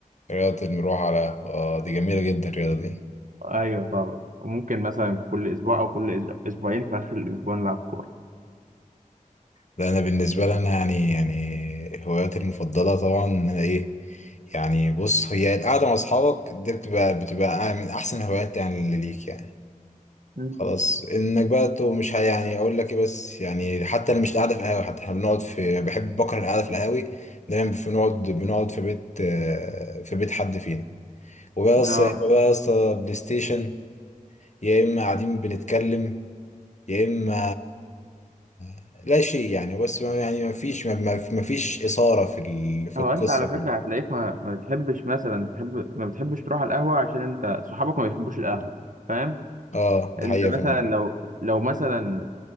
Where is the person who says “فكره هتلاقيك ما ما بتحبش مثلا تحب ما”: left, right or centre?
Right